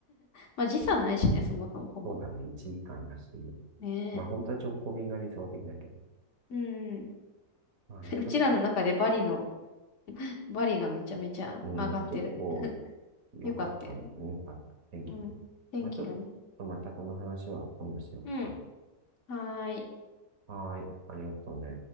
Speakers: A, on the left (about 60°); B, on the right (about 80°).
A: まあ、時差ないしね、そもそもほぼ。
B: そうだね。1時間だし。
A: ねえ。
B: まあ、本当は直行便が理想的だけど。
A: うんうん。
B: まあ、
A: <laughs>
B: ちょっと、
A: うちらの中でバリの、バリがめちゃめちゃ上がってるね。
B: うん、結構良かったん、
A: よかったよね。
B: 良かった。天気も。
A: うん。天気がね。
B: まあ、ちょっとまたこの話は今度しようか。
A: うん。はーい。
B: はーい。ありがとうね。